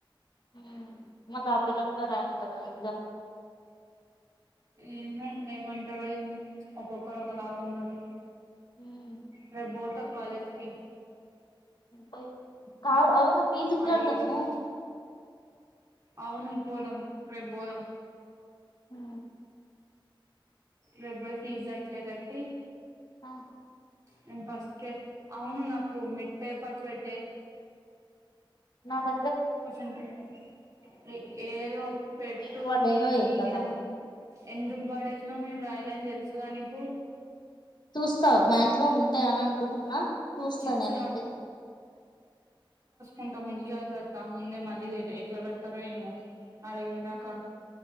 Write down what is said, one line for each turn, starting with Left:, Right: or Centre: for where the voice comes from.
Left: మ్ మల్లా ఆ పిల్ల కూడా రాయాలి కదా ఎగ్జామ్
Right: ఏమో ఏమంటారో ఏమో ఒక్కొక్కరు ఒకలా ఉన్నారు
Left: ఉమ్
Right: రేపు బోతద్ కాలేజ్ ఫీ
Left: పోయి కాదు అవును ఫీజు
Right: ఆడియేషన్
Left: కడదాము
Right: అవును పోదాం రేపు పోదాం
Left: మ్
Right: రెబ్బర్ ఫీజ్ అట్లా కట్టి
Left: ఆ
Right: నేను ఫస్ట్ కే అవును నాకు మిడ్ పేపర్స్ పెట్టే
Left: నాద్
Right: క్వచన్ <unintelligible> ఏదో పెట్టు
Left: ఏడ పడ్డాయో
Right: నేను
Left: ఏం
Right: నీ
Left: కథనో
Right: మీద ఎందుకు పాడేసినావు మేము రాయలేని తెలుసుగా నీకు
Left: చూస్తా మ్యా ఉం ఉంటాయ అని అనుకుంటున్నా చూస్తా
Right: చిట్స్
Left: నేనైతే
Right: ఉంటా ముందు జాగ్రత్త ముందే మళ్ళీ ఎట్లా పెడతారో ఏమో అడగయినాక